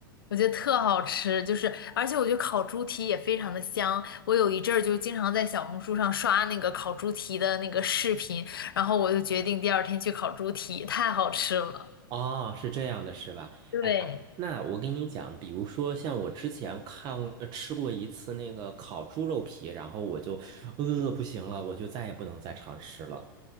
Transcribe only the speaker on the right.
哦，是这样的，是吧？
哎呀，那我跟你讲，比如说像我之前看呃吃过一次那个烤猪肉皮，然后我就饿不行了，我就再也不能再尝试了